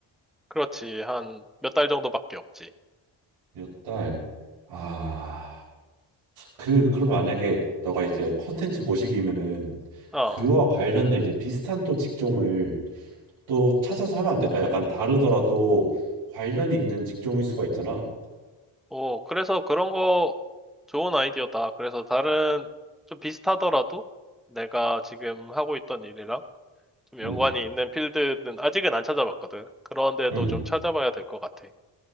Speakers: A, in the centre; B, on the right (about 85°).
A: 그렇지. 한 몇 달 정도밖에 없지.
B: 몇 달. 아, 그, 그러면 만약에 너가 이제 컨텐츠 모시기면은
A: 어.
B: 그와 관련된 이제 비슷한 또 직종을 또 찾아서 하면 안 될까? 약간 다르더라도 관련이 있는 직종일 수가 있잖아.
A: 오, 그래서 그런 거 좋은 아이디어다. 그래서 다른 좀 비슷하더라도 내가 지금 하고 있던 일이랑 좀 연관이
B: 응,
A: 있는 필드는 아직은 안 찾아봤거든. 그런데도
B: 응,
A: 좀 찾아봐야 될 것 같아.